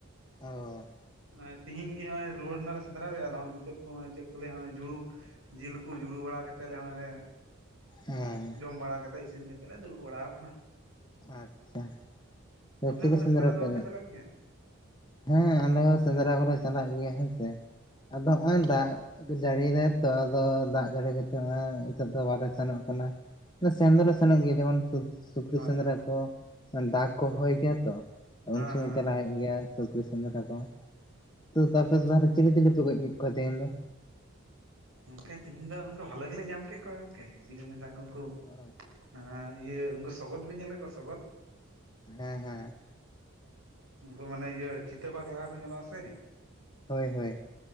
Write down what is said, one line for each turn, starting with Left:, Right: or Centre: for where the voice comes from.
Left: ᱚ᱾
Right: ᱚᱭ ᱛᱮᱦᱤᱧ ᱜᱮ ᱦᱚᱸᱜᱼᱚᱭ ᱨᱩᱩᱭᱟᱹᱲ ᱱᱟᱞᱮ ᱥᱮᱫᱽᱨᱟ ᱨᱮ ᱟᱫᱚ ᱦᱚᱸᱜᱼᱚᱭ ᱱᱤᱛᱚᱜ ᱠᱚ ᱦᱚᱸᱜᱼᱚᱭ ᱪᱮᱫ ᱠᱚ ᱞᱟᱹᱭᱟ ᱦᱚᱸᱜᱼᱚᱭ ᱡᱩᱲᱩ ᱡᱤᱞ ᱠᱚ ᱡᱩᱲᱩ ᱵᱟᱲᱟ ᱠᱟᱛᱮᱫ ᱞᱮ ᱦᱚᱸᱜᱼᱚᱭ ᱞᱮ
Left: ᱦᱮᱸ
Right: ᱡᱚᱢ ᱵᱟᱲᱟ ᱠᱟᱛᱮᱫ ᱤᱥᱤᱱ ᱠᱟᱛᱮᱫ ᱞᱮ ᱫᱩᱲᱩᱵ ᱵᱟᱲᱟᱣ ᱟᱠᱟᱱᱟ᱾
Left: ᱟᱪᱪᱷᱟ
Right: ᱟᱯᱮ
Left: ᱮ ᱪᱤᱞᱤ
Right: ᱫᱚ
Left: ᱥᱮᱸᱫᱽᱨᱟ
Right: ᱫᱚ
Left: ᱯᱮ
Right: ᱵᱟᱯᱮ ᱪᱟᱞᱟᱜ ᱜᱮᱭᱟ
Left: ᱦᱮᱸ ᱟᱞᱮ ᱦᱚᱸ ᱥᱮᱸᱫᱽᱨᱟ ᱠᱚᱞᱮ ᱪᱟᱞᱟᱜ ᱜᱮᱭᱟ ᱦᱳᱭ ᱥᱮ, ᱟᱫᱚ ᱦᱚᱸᱜᱼᱚᱭ ᱫᱟᱜ ᱡᱟᱹᱲᱤᱭ ᱫᱟᱭ ᱛᱚ ᱟᱫᱚ ᱫᱟᱜ ᱡᱟᱹᱲᱤ ᱠᱟᱛᱮᱫ ᱦᱚᱸᱜᱼᱚᱭ ᱦᱤᱛᱚᱜ ᱫᱚ ᱵᱟᱞᱮ ᱥᱮᱱᱚᱜ ᱠᱟᱱᱟ᱾ ᱥᱮᱱ ᱫᱚᱞᱮ
Right: ᱚ
Left: ᱥᱮᱱᱚᱜ ᱜᱮᱭᱟ ᱡᱮᱢᱚᱱ ᱥᱩᱨ <inaudible>
Right: ᱦᱳᱭ
Left: ᱥᱮᱸᱫᱽᱨᱟ
Right: ᱦᱳᱭ
Left: ᱠᱚ ᱰᱟᱠ
Right: ᱚ
Left: ᱠᱚ ᱦᱚᱦᱚᱭ ᱜᱮᱭᱟ ᱛᱚ
Right: ᱦᱮᱸ
Left: ᱩᱱ ᱥᱚᱢᱚᱭ
Right: ᱦᱮᱸ
Left: ᱪᱟᱞᱟᱜ
Right: ᱦᱮᱸ
Left: ᱦᱩᱭᱩᱜ ᱜᱮᱭᱟ᱾ ᱥᱩᱠᱨᱤ ᱥᱮᱸᱫᱽᱨᱟ ᱠᱚ ᱛᱚ ᱛᱟᱯᱚᱨᱮ ᱛᱟᱞᱦᱮ ᱪᱤᱞᱤ ᱪᱤᱞᱤᱯᱮ ᱜᱚᱡ ᱠᱮᱫ ᱠᱚᱣᱟ ᱛᱟᱦᱮᱧ ᱫᱚ?
Right: ᱜᱚᱝᱠᱮ ᱛᱮᱦᱮᱧ ᱫᱚ ᱜᱚᱝᱠᱮ ᱵᱷᱟᱞᱮ ᱜᱮᱞᱮ ᱧᱟᱢ ᱠᱮᱫ ᱠᱚᱣᱟ ᱜᱚᱝᱠᱮ <inaudible> ᱠᱚ ᱩᱱᱠᱩ
Left: <inaudible>
Right: ᱟᱨ ᱤᱭᱟᱹ ᱩᱱᱠᱩ ᱥᱚᱜᱚᱫ ᱵᱤᱱ ᱧᱮᱞ ᱠᱟᱜ ᱠᱚᱣᱟ ᱥᱚᱜᱚᱫ?
Left: ᱦᱮᱸ ᱦᱮᱸ᱾
Right: ᱩᱱᱠᱩ ᱢᱟᱱᱮ ᱤᱭᱟᱹ ᱪᱤᱛᱟᱹ ᱵᱟᱜ ᱞᱮᱠᱟ ᱠᱚ ᱧᱮᱞᱚᱜ-ᱟ ᱥᱮ?
Left: ᱦᱳᱭ ᱦᱳᱭ᱾